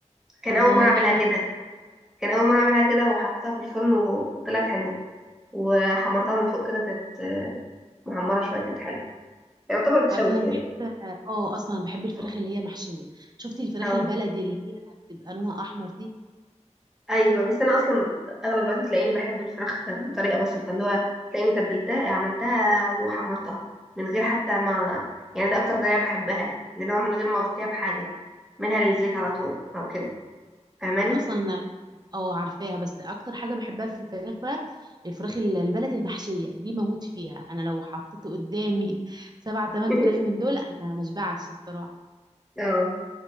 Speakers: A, in the centre; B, on the right.
A: كان
B: الله
A: اول مره اعملها
B: حلوه
A: كده
B: قوي
A: كان اول مره اعملها كده وحطيتها في الفرن وطلعت حلوه وحمرتها من فوق كده كانت آه، محمره شويه كانت حلوه يعتبر اتشوت
B: تعرفي انا
A: يعني
B: بحب اه اصلا بحب الفراخ
A: اه
B: اللي هي محشيه شفتي الفراخ
A: اه
B: البلدي اللي هي بتبقى لونها احمر دي
A: ايوه بس انا اصلا اغلب الوقت تلاقيني بحب الفراخ بطريقه بسيطه اللي هو تلاقيني تبلتها عملتها وحمرتها من غير حتى ما يعني ده اكتر طريقه بحبها اللي هو من غير ما اغطيها بحاجه منها للزيت على طول او كده فاهماني
B: اصلا اه عارفاها بس اكتر حاجه بحبها في الفراخ بقى الفراخ ال- البلدي المحشيه دي بموت فيها انا لو حطيت قدامي <laughs> سبعة تمن
A: <laughs>
B: فراخ من دول انا مشبعش بصراحه
A: اه